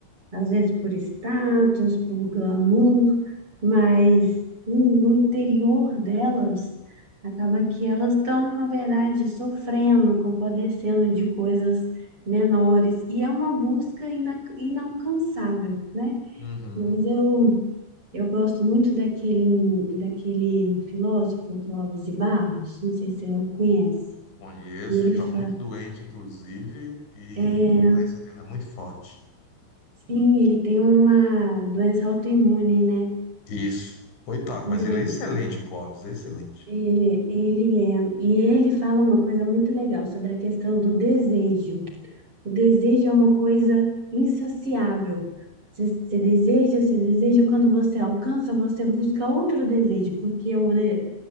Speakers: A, on the right; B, on the left.
A: às vezes por status, por glamour, mas hum, no interior delas, acaba que elas estão, na verdade, sofrendo, compadecendo de coisas menores, e é uma busca ina- inalcançável, né?
B: Uhum.
A: Mas eu, eu gosto muito daquele, daquele filósofo Clóvis de Barros, não sei se eu conhece,
B: Conheço
A: e ele
B: e está
A: fa...
B: muito doente, inclusive, e
A: é,
B: a doença dele é muito forte.
A: Sim, ele tem uma doença autoimune, né?
B: Isso. Coitado,
A: Né?
B: mas ele é excelente, o Clóvis, excelente.
A: Ele, ele é, e ele fala uma coisa muito legal sobre a questão do desejo. O desejo é uma coisa insaciável. Você, você deseja, você deseja, quando você alcança, você busca outro desejo, porque o, de-